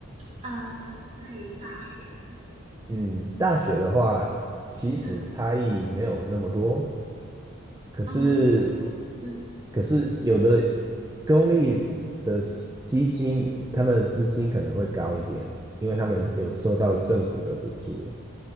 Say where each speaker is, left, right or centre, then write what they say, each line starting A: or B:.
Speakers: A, on the right (about 30°); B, on the right (about 15°).
A: 啊，在大学，
B: 嗯，大学的话，其实差异没有那么多，
A: 嗯，
B: 可是，
A: 哦，没有那么多，嗯
B: 可是有的公立的基金，他们的资金可能会高一点，因为他们有受到政府的补助。